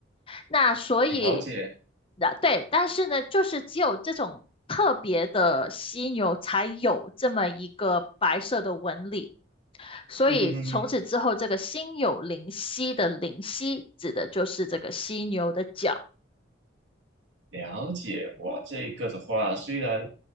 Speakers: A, on the left; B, on the right.
A: 那所以，
B: 了解，
A: 那对，但是呢，就是只有这种特别的犀牛才有这么一个白色的纹理，所以从此之后，
B: 嗯哼哼哼，
A: 这个心有灵犀的灵犀指的就是这个犀牛的角。
B: 了解。我这一个的话，虽然